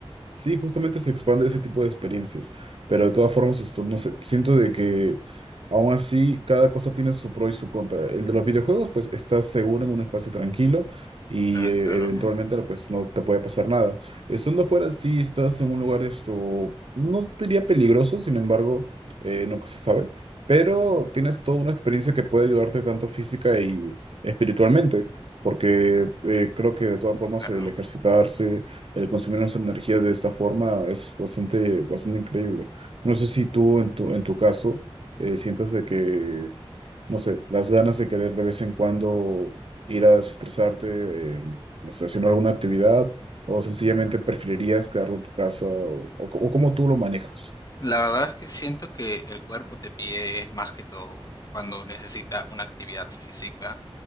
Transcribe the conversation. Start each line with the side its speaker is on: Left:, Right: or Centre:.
Right: Sí, justamente se expande ese tipo de experiencias, pero de todas formas, esto, no sé, siento de que aún así cada cosa tiene su pro y su contra. El de los videojuegos, pues estás seguro en un espacio tranquilo y
Left: Claro,
Right: eh,
Left: claro,
Right: eventualmente pues no te puede pasar nada. Estando afuera, sí estás en un lugar esto, no diría peligroso, sin embargo, eh, nunca se sabe, pero tienes toda una experiencia que puede ayudarte tanto física y espiritualmente, porque eh, creo que de todas formas
Left: claro.
Right: el ejercitarse el consumir nuestra energía de esta forma es bastante, bastante increíble. No sé si tú en tu, en tu caso eh, sientas de que, no sé, las ganas de querer de vez en cuando ir a desestresarte, eh, no sé, haciendo alguna actividad, o sencillamente preferirías quedarte en tu casa, o, o, o cómo tú lo manejas.
Left: La verdad es que siento que el cuerpo te pide más que todo cuando necesita una actividad física.